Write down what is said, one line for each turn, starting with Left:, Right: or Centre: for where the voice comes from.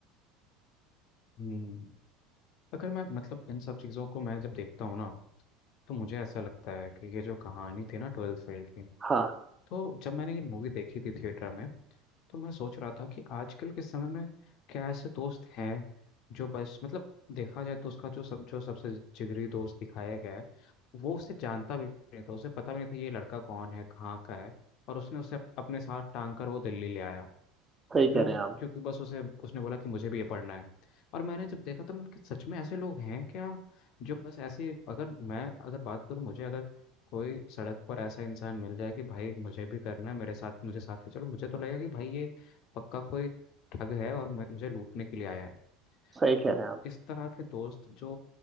Left: हम्म अगर मैं मतलब इन सब चीज़ों को मैं जब देखता हूँ ना तो मुझे ऐसा लगता है कि ये जो कहानी थी ना ट्वेल्थ फेल की
Right: हाँ
Left: तो जब मैंने ये मूवी देखी थी थिएटर में तो मैं सोच रहा था कि आजकल के समय में क्या ऐसे दोस्त हैं जो बस मतलब देखा जाए तो उसका जो सब जो सबसे जिगरी दोस्त दिखाया गया है वो उसे जानता भी नहीं था उसे पता भी नहीं था ये लड़का कौन है कहाँ का है और उसने उसे अप- अपने साथ टांग कर वो दिल्ली ले आया
Right: सही
Left: क्यों
Right: कह रहे हैं आप
Left: क्योंकि बस उसे उसने बोला कि मुझे भी ये पढ़ना है और मैंने जब देखा तो मैं कि सच में ऐसे लोग हैं क्या जो बस ऐसे अगर मैं अगर बात करूँ मुझे अगर कोई सड़क पर ऐसा इंसान मिल जाए कि भाई मुझे भी करना है मेरे साथ मुझे साथ ले चलो मुझे तो लगेगा कि भाई ये पक्का कोई ठग है और मैं- मुझे लूटने के लिए आया है
Right: सही कह
Left: तो
Right: रहे हैं आप
Left: इस तरह के दोस्त जो